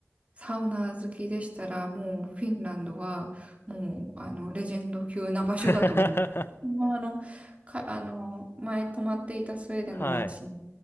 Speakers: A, on the right; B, on the left.
A: サウナ好きでしたら、もうフィンランドは、もう、あの、レジェンド級な場所だと思
B: <laughs>
A: う。まあ、あの、か、あの、前泊まっていたスウェーデンのお家、
B: はい。